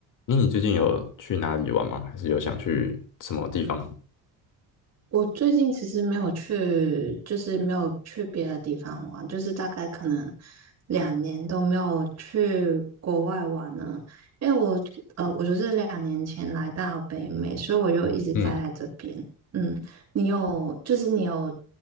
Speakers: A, on the left; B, on the right.
A: 那你最近有去哪里玩吗？还是有想去什么地方吗？
B: 我最近其实没有去，就是没有去别的地方玩，就是大概可能两年都没有去国外玩了。因为我呃，我就是两年前来到北美，所以我就一直待在这边。
A: 嗯，
B: 嗯，你有，就是你有